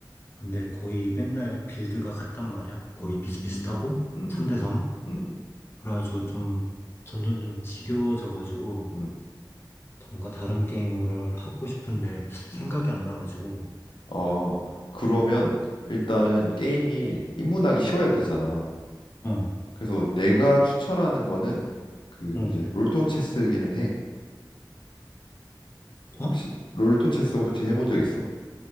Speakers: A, on the left; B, on the left.
A: 근데 거의 맨날 빌드가 같단 말이야. 거의
B: 음, 음,
A: 비슷비슷하고
B: 음,
A: 3대
B: 음,
A: 3.
B: 음,
A: 그래가지고 좀 점점 좀 지겨워져가지고
B: 음,
A: 뭔가 다른 게임을 하고 싶은데 생각이
B: 음.
A: 안 나가지고.
B: 어, 그러면 일단은 게임이 입문하기 쉬워야 되잖아.
A: 응,
B: 그래서 내가 추천하는 거는 그
A: 응.
B: 이제 롤토 체스기는 해.
A: 어?
B: 혹시 롤토 체스 혹시 해본 적 있어?